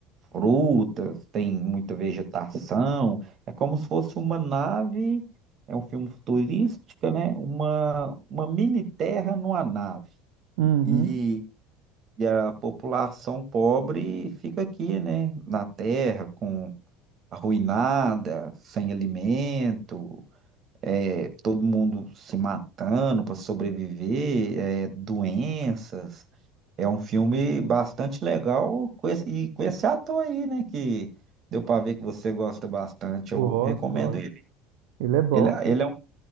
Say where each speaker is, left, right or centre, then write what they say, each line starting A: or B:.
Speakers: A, on the right; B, on the right.
A: frutas, tem muita vegetação. É como se fosse uma nave, é um filme futurístico, né? Uma, uma mini terra numa nave.
B: uhum.
A: E, e a população pobre fica aqui, né? Na terra, com arruinada, sem alimento, é, todo mundo se matando para sobreviver, é, doenças. É um filme bastante legal com esse- e com esse ator aí, né? Que deu para ver que você gosta bastante.
B: Gosto,
A: Eu recomendo
B: gosto.
A: ele.
B: Ele é bom,
A: Ele,
B: só.
A: ele é um,